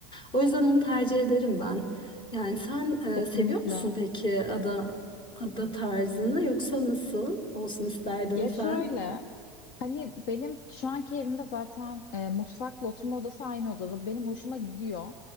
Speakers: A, on the left; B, on the left.
A: O yüzden onu tercih ederim ben. Yani sen
B: Kesinlikle.
A: e, seviyor musun peki ada ada tarzını yoksa nasıl olsun isterdin
B: Ya
A: sen?
B: şöyle, hani benim şu anki evimde zaten e, mutfakla oturma odası aynı odada. Benim hoşuma gidiyor.